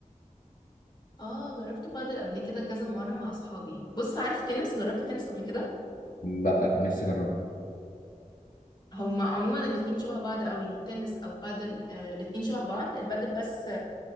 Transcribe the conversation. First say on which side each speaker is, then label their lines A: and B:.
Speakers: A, on the left (about 35°); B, on the left (about 75°).
A: اه جربت بادل قبل كده كذا مرة مع اصحابي بص عارف تنس جربت تنس قبل كده
B: لا كان نفسي اجربها
A: هما عموما الاتنين شبه بعض قوي تنس او بادل آه الاتنين شبه بعض البادل بس